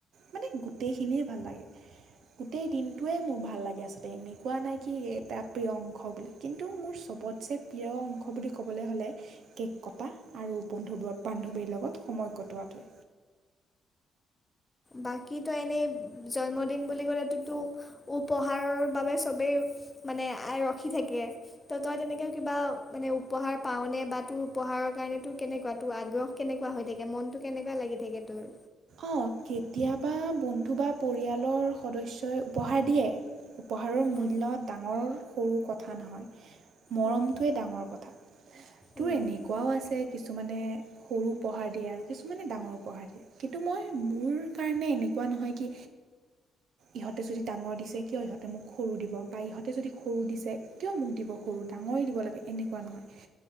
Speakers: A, on the right; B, on the left.
A: মানে গোটেইখিনিয়ে। ভাল লাগে গোটেই দিনটোৱেই মোৰ ভাল লাগে আচলতে এ কোৱা নাই কি এটা প্ৰিয় অংশ বুলি কিন্তু মোৰ চবতছে প্ৰিয় অংশ অংশ বুলি ক'বলৈ হ'লে কেক কটা আৰু। বন্ধু বান্ধৱীৰ লগত সময় কট কটোৱাটো।
B: বাকী তই এনেই জন্মদিন বুলি কলেতো ত উপহাৰৰ বাবে চবেই মানে ৰখি থাকে ত তই তেনেকে কিবা মানে উপহাৰ পাওনে বা তোৰ উপহাৰৰ কাৰণে তোৰ কেনেকুৱা তোৰ আগ্ৰহ কেনেকুৱা হৈ থাকে মনতটো কেনেকুৱা লাগি থাকে তোৰ।
A: অ' কেতিয়াবা বন্ধু বা পৰিয়ালৰ সদস্যই উপহাৰ দিয়ে। উপহাৰৰ মূল্য
B: উম,
A: ডাঙৰ। সৰু কথা নহয়। মৰমটোৱে
B: উম,
A: ডাঙৰ কথা তোৰ
B: উম,
A: এনেকুৱাও আছে। কিছুমানে সৰু উপহাৰ দিয়ে আৰু কিছুমানে ডাঙৰ উপহাৰ দিয়ে। কিন্তু মই মোৰ কাৰণে এনেকুৱা নহয় কি ইহঁতে যদি ডাঙৰ দিছে কিয় ইহঁতে মোক সৰু দিব বা ইহঁতে যদি সৰু দিছে কিয় মোক দিব সৰু ডাঙৰেই দিব লাগে এনেকুৱা নহয়।